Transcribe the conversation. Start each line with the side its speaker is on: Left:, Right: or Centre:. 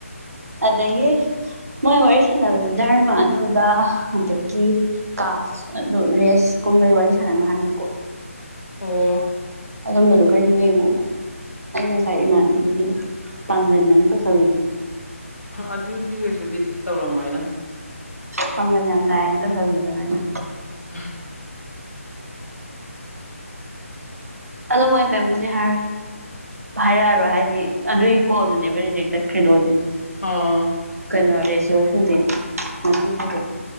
Right: ꯑꯗꯒꯤ꯫ ꯃꯣꯏ ꯋꯥꯔꯤ ꯁꯥꯟꯅꯕꯗ ꯗꯙꯔꯃ ꯑꯗꯨꯗ ꯑꯗꯒꯤ ꯀꯥꯁ ꯑꯗꯨ ꯔꯦꯁ꯫ ꯀꯨꯝꯒꯩ ꯋꯥꯔꯤ ꯋꯥꯔꯤ ꯁꯅꯣ ꯍꯥꯏꯝꯅꯤꯀꯣ꯫
Left: ꯑꯣ꯫
Right: ꯑꯗꯨꯝꯕꯁꯨ ꯈꯔꯥ ꯌꯦꯡꯉꯣꯕ ꯑꯩ ꯉꯁꯥꯏ
Left: ꯎꯝ
Right: ꯏꯃꯥꯟꯅꯕꯤꯅꯤꯗꯨꯗ꯫ ꯄꯥꯡꯒꯟ ꯑꯅꯥ ꯇꯧꯁꯤꯜꯂꯨꯗ꯫
Left: ꯑꯗꯨꯗꯤ ꯀꯩꯁꯨꯗꯤ ꯇꯧꯔꯝꯃꯣꯏꯗ꯫
Right: ꯄꯥꯡꯒꯟ ꯌꯥꯝ ꯇꯥꯏꯌꯦꯅ ꯇꯧꯁꯥꯜꯂꯨꯗ ꯑꯩꯅ꯫
Left: <inaudible>
Right: ꯑꯗꯣ ꯃꯣꯏ ꯀꯩꯕꯨꯗꯤ ꯍꯥꯏꯔꯛ ꯍꯥꯏꯔꯛꯑꯔꯣꯏ ꯍꯥꯏꯗꯤ ꯑꯗꯨꯒꯤ ꯀꯣꯜꯗꯨꯅꯦꯕ ꯔꯤꯖꯦꯛ ꯆꯠꯈ꯭ꯔꯦꯗꯣ ꯍꯧꯖꯤꯛ꯫
Left: ꯑꯥ꯫
Right: ꯀꯩꯅꯣ ꯔꯦꯁꯤꯌꯣ ꯁꯨꯗꯦ ꯃꯁꯤ ꯁꯨꯗꯦꯅ